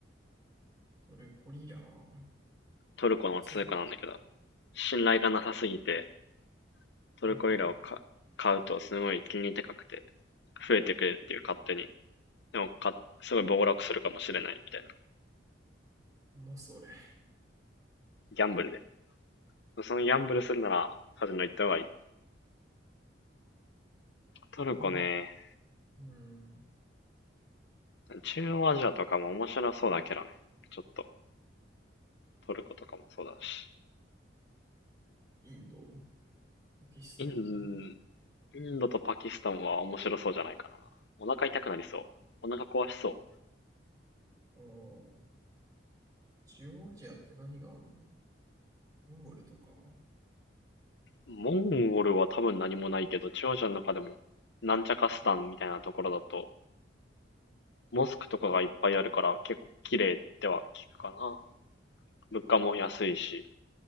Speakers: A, on the right (about 20°); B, on the left (about 65°).
A: トルコリラー
B: トルコの通貨なんだけど、
A: ツ。
B: 信頼がなさすぎて、トルコリラをか買うとすごい金利高くて、
A: うんう
B: 増えてくれるっていう勝手に。でもか、すごい暴落するかもしれないみたいな。
A: ん。まそそれ。
B: ギャンブルで。そのギャンブルするならカジノ行った方がいい。トルコね、
A: なんかうん。
B: 中央アジアとかも面白そうだけどね。ちょっと、トルコとかもそうだし。
A: インド、パキスタン、
B: イン、インドとパキスタンは面白そうじゃないかな。お腹痛くなりそう。お腹壊しそ
A: ああ、中央アジアって何があんのモンゴルとか。
B: う。モンゴルは多分何もないけど、中央アジアの中でも、なんちゃかスタンみたいなところだと、モスクとかがいっぱいあるから結構綺麗っては聞くかな。
A: あ、
B: 物価も安いし、